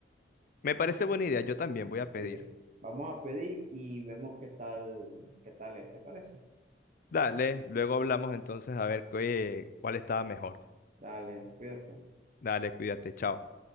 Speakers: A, on the left; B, on the right.
A: Me parece buena idea, yo también voy a pedir.
B: Sí. Vamos a pedir y vemos qué tal, qué tal es, ¿te parece?
A: Dale, luego hablamos entonces a ver qué, cuál estaba mejor.
B: Dale, cuídate.
A: Dale, cuídate, chao.